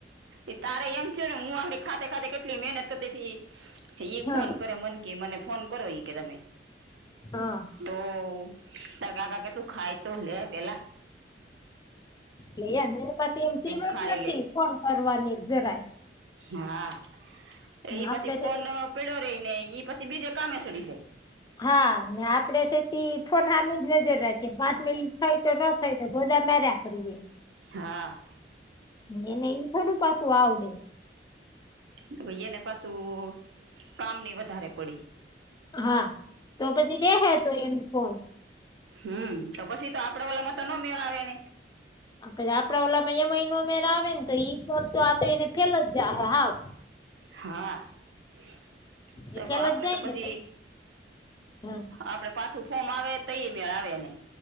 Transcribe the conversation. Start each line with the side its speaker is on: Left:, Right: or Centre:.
Right: એ તારે એમ થયું ને હું આમની ખાતે ખાતે કેટલી મહેનત કરતી હતી. ઈ
Left: હા
Right: ફોન કરે મનકી મને ફોન કરો ઈ કે તમે.
Left: હા.
Right: તો તારા કાકા કે તું ખાય તો લે પેલા.
Left: લે પાસે એમ.
Right: ખાઈલે.
Left: જ નથી ફોન કરવાની.
Right: હા એવી
Left: ને
Right: બધી
Left: આપડે
Right: ફોન અપ. પડો રહીને ઈ પછી બીજે કામે સડી જાય.
Left: હા ને આપડે છેતી ફોન સામે જ નજર રાખીએ પાંચ મિનિટ થઈ તો ન થઈ તો બધા મેર્યા. કરીએ.
Right: હા,
Left: એને એ થોડું પાકું આવડે.
Right: તો એને પાછું કામ નહી વધારે પડી,
Left: હા તો પછી દેહેજ નહીં ફોન.
Right: હું તો પછી તો આપડા વાલામાં તો નો મેળ આવેને.
Left: પછી આપડા ઓલામાં એ મહિનો મેળ આવે નેતો એઈ ફોમ તોઆ તો એને ફેલ જાહે હાવ.
Right: હા. <inaudible> તો
Left: એ ફેલ
Right: આપડે,
Left: જ જાય
Right: તો પછી
Left: ને પ હા
Right: આપડે, પાછું ફોર્મ આવે તય મેળ આવેને.